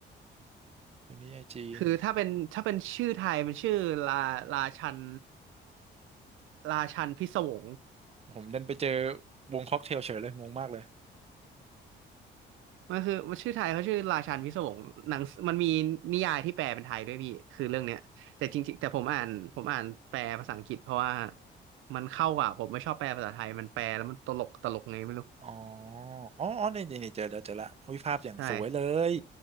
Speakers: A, on the right (about 30°); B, on the right (about 80°).
A: เป็นนิยายจีน
B: คือถ้าเป็นถ้าเป็นชื่อไทยมันชื่อลาลาชันลาชันพิศวง <laughs>
A: ผมเดินไปเจอวงค็อกเทลเฉยเลยงงมากเลย
B: มันคือมันชื่อไทยเขาชื่อราชันพิศวงหนังมันมีนิยายที่แปลเป็นไทยด้วยพี่คือเรื่องเนี้ยแต่จริงๆแต่ผมอ่านผมอ่านแปลภาษาอังกฤษเพราะว่ามันเข้ากว่าผมไม่ชอบแปลภาษาไทยมันแปลแล้วมันตลกตลกไงไม่รู้
A: อ๋อ อ๋ออ๋อนี่นี่นี่เจอแล้วเจอละวิภาพอย่างสวยเลย
B: ใช่